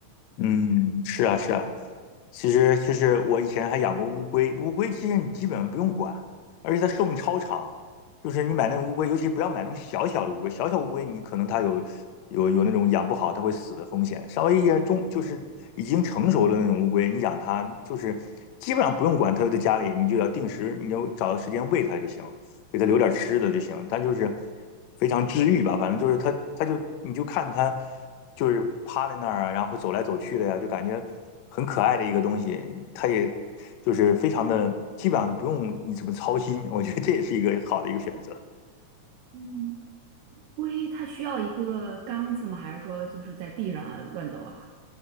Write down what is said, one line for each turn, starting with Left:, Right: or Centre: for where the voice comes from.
Left: 嗯，是啊，是啊，其实就是我以前还养过乌龟，乌龟其实你基本上不用管，而且它寿命超长。就是你买那种乌龟，尤其不要买那种小小的乌龟，小小乌龟你可能它有有有那种养不好它会死的风险。稍微一些中就是已经成熟的那种乌龟，你养它就是基本上不用管它，就在家里你就要定时，你就找个时间喂它就行。给他留点吃的就行。他就是非常治愈吧，反正就是他，他就你就看他就是趴在那儿啊，然后走来走去的呀，就感觉很可爱的一个东西。他也就是非常的，基本上不用你怎么操心，我觉得这也是一个好的一个选择。
Right: 嗯龟它需要一个缸子吗？还是说就是在地上啊乱走啊？